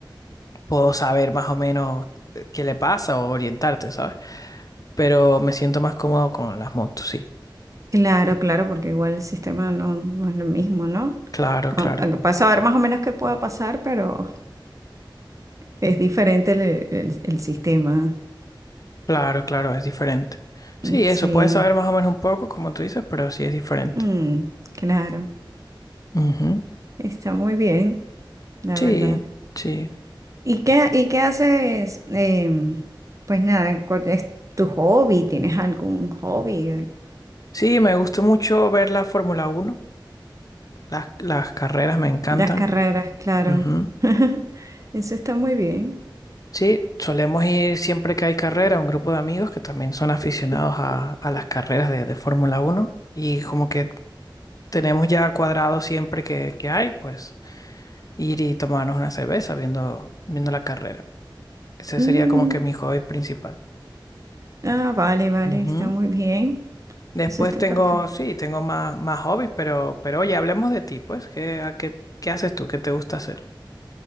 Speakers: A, on the left; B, on the right.
A: puedo saber más o menos qué le pasa o orientarte, ¿sabes? Pero me siento más cómodo con las motos, sí.
B: Claro, claro, porque igual el sistema no, no es lo mismo, ¿no?
A: Claro, claro,
B: Aunque, aunque puedas saber más o menos qué pueda pasar, pero es diferente el el- el sistema.
A: claro, claro, es diferente. Sí,
B: Mm, Sí,
A: eso, puedes saber más o menos un poco, como tú dices, pero sí es diferente.
B: mm, claro,
A: Ujú.
B: está muy bien, la
A: Sí,
B: verdad.
A: sí.
B: ¿Y qué, y qué haces? em, pues nada, ¿cuál es tu hobby? ¿Tienes algún hobby?
A: Sí, me gusta mucho ver la Fórmula Uno. las, las carreras me encantan.
B: Las carreras, claro.
A: Ujú.
B: <laughs> Eso está muy bien.
A: Sí, solemos ir siempre que hay carrera, un grupo de amigos que también son aficionados a, a las carreras de, de Fórmula Uno y como que tenemos ya cuadrado siempre que, que hay, pues ir y tomarnos una cerveza viendo, viendo la carrera. Ese
B: Mm,
A: sería como que mi hobby principal.
B: ah, vale, vale,
A: Ujú.
B: está muy bien.
A: Después
B: Eso está
A: tengo,
B: perfecto.
A: sí, tengo más, más hobbies, pero, pero oye, hablemos de ti, pues, ¿qué, a qué, qué haces tú? ¿Qué te gusta hacer?